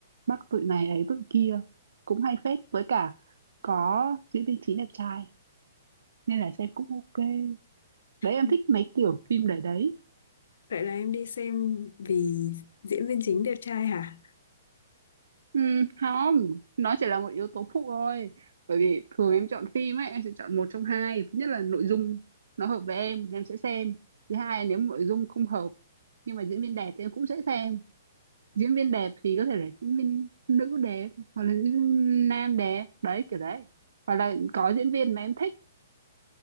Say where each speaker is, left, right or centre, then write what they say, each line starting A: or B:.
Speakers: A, on the right; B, on the left.
A: bắt tụi này ấy tụi kia cũng hay phết với cả có diễn viên chính đẹp trai nên là xem cũng ok đấy em
B: Ừ.
A: thích mấy kiểu phim để đấy
B: vậy là em đi xem vì diễn viên chính đẹp trai hả
A: ừ, không nó chỉ là một yếu tố phụ thôi bởi vì thường em chọn phim ấy em sẽ chọn một trong hai thứ nhất là nội dung nó hợp với em em sẽ xem thứ hai là nếu nội dung không hợp nhưng mà diễn viên đẹp thì em cũng sẽ xem diễn viên đẹp thì có thể là diễn viên nữ đẹp hoặc là diễn viên nam đẹp đấy kiểu đấy hoặc là có diễn viên mà em thích